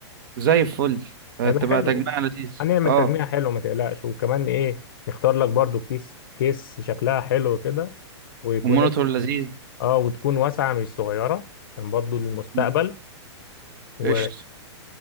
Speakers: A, on the right; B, on the left.
A: زي الفل هتبقى
B: هيبقى بالظبط حلو
A: تجميع لذيذ
B: هنعمل
A: اه
B: اه تجميع حلو ما تقلقش وكمان ايه نختار لك برضو كيس كيس شكلها حلو كده ويكون
A: والمونيتور لذيذ
B: اه وتكون واسعه مش صغيره عشان برضو للمستقبل
A: مم.
B: و...
A: قشطة